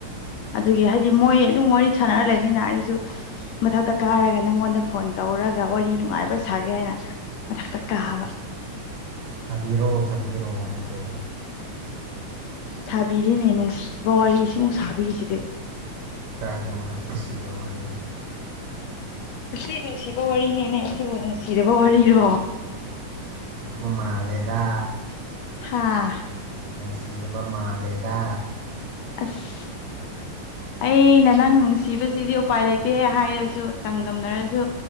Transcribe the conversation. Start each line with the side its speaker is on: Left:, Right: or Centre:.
Left: ꯑꯗꯨꯒꯤ ꯍꯥꯏꯗꯤ ꯃꯣꯏ ꯑꯗꯨꯝ ꯋꯥꯔꯤ ꯁꯥꯅꯔ ꯂꯩꯅꯤꯅ ꯑꯩꯁꯨ ꯃꯊꯛꯇ ꯀꯥꯔꯒ ꯅꯪꯉꯣꯟꯗ ꯐꯣꯟ ꯇꯧꯔꯒ ꯋꯥꯔꯤ ꯅꯨꯡꯉꯥꯏꯕ ꯁꯥꯒꯦ ꯍꯥꯏꯅ ꯃꯗꯛ ꯇꯀ ꯍꯥꯕ
Right: ꯁꯥꯕꯤꯔꯣ ꯁꯥꯕꯤꯔꯣ ꯋꯥꯔꯤꯗꯣ
Left: ꯁꯥꯕꯤꯔꯤꯅꯦ ꯅꯨꯡꯁꯤꯕ ꯋꯥꯔꯤ ꯁꯤꯃꯨꯛ ꯁꯥꯕꯤꯈꯤꯁꯤꯗꯤ
Right: ꯀꯥꯏꯗꯕ ꯁꯤꯕ ꯋꯥꯔꯤ
Left: ꯑꯁꯤ ꯅꯨꯡꯁꯤꯕ ꯋꯥꯔꯤꯅꯦꯅꯦ ꯁꯤꯕꯨ ꯅꯨꯡꯁꯤꯕ ꯋꯥꯔꯤꯔꯣ
Right: ꯁꯤꯇꯕꯨ ꯃꯥꯂꯦꯗ
Left: ꯍꯥꯥ
Right: ꯅꯨꯡꯁꯤꯗꯕ ꯃꯥꯜꯂꯦꯗ
Left: ꯑꯁ ꯑꯩꯅ ꯅꯪ ꯅꯨꯡꯁꯤꯕꯁꯤꯗꯤ ꯎꯄꯥꯏ ꯂꯩꯇꯦ ꯍꯥꯏꯔꯁꯨ ꯆꯥꯡꯗꯝꯅꯔꯁꯨ